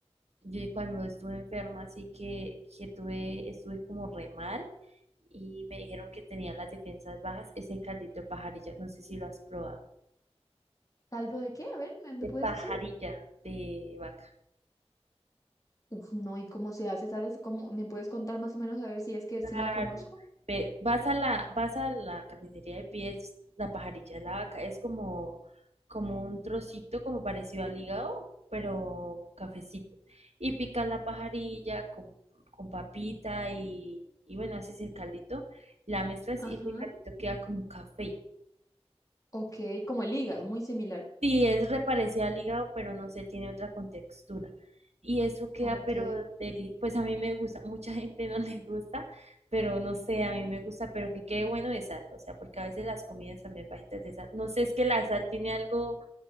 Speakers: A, on the right; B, on the left.
A: Yo cuando estuve enferma, así que, que tuve, estuve como re mal y me dijeron que tenía las defensas bajas, ese caldito de pajarilla, no sé si lo has probado,
B: ¿Caldo de qué? A ver, ¿me, me
A: de
B: puedes
A: pajarilla
B: decir?
A: de vaca.
B: Uf, no, ¿y cómo se hace? ¿Sabes cómo? ¿Me puedes contar más o menos a ver si es que sí la
A: Claro,
B: conozco?
A: ve- vas a la, vas a la carnicería de pies, la pajarilla de la vaca, es como, como un trocito como parecido al hígado, pero cafecito. Y picas la pajarilla con, con papita y, y bueno, haces el caldito, la mezclas
B: Ajá.
A: y ese caldito queda como café.
B: Ok, como el hígado, muy similar.
A: Sí, es reparecida al hígado, pero no sé, tiene otra contextura. Y eso queda,
B: Ok,
A: pero deli- pues a mí me gusta, mucha gente no <laughs> le gusta, pero no sé, a mí me gusta, pero que quede bueno de sal, o sea, porque a veces las comidas también bajitas de sal. No sé, es que la sal tiene algo,